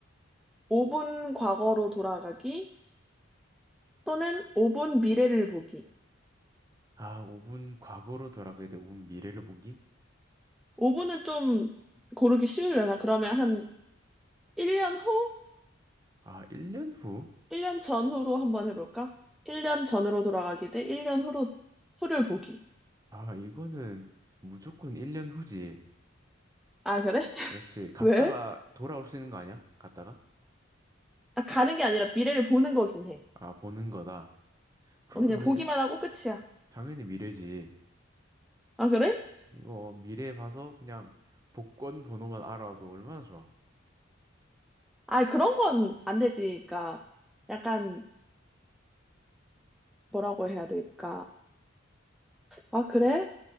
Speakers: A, in the centre; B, on the right.
A: 5분 과거로 돌아가기 또는 5분 미래를 보기.
B: 아, 오 분 과거로 돌아가야 돼. 오 분 미래를 보기?
A: 5분은 좀 고르기 쉬우려나? 그러면 한 1년 후?
B: 아, 1년 후?
A: 1년 전후로 한번 해볼까? 1년 전으로 돌아가기 대 1년 후로, 후를 보기.
B: 아, 이거는 무조건 1년 후지.
A: 아, 그래? <laughs>
B: 그렇지. 갔다가
A: 왜?
B: 돌아올 수 있는 거 아니야? 갔다가?
A: 아, 가는 게 아니라 미래를 보는 거긴 해.
B: 아, 보는 거다. 그러면
A: 어, 그냥
B: 당연,
A: 보기만 하고 끝이야.
B: 당연히 미래지.
A: 아, 그래?
B: 이거 미래 봐서 그냥 복권 번호만 알아도 얼마나 좋아.
A: 아, 그런 건 안 되지. 그러니까 약간 뭐라고 해야 될까? 아, 그래?